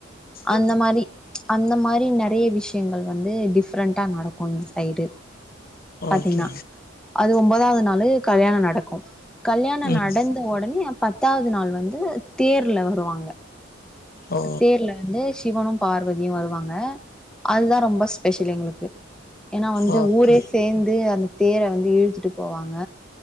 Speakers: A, in the centre; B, on the left (about 50°).
A: அந்த
B: ஓ
A: மாரி அந்த மாரி நெறைய விஷ்யங்கள் வந்து டிஃப்ரெண்டா நடக்கு இந்த சைடு பாத்தீங்ன்னா
B: ஓகே
A: அது ஒம்பதாவ்து நாளு கல்யாண நட க்கு கல்யாண
B: ம்
A: நடந்த ஒடனே பத்தாவது நாள் வந்து தேர்ல வருவாங்க
B: ஓ
A: தேர்ல வந்து சிவனு பார்வதியு வருவாங்க அதுதா ரொம்ப ஸ்பெஷல் எங்ளுக்கு ஏனா வந்து
B: ஓகே
A: ஊரே சேந்து அந்த தேர வந்து இழுத்துட்டு போவாங்க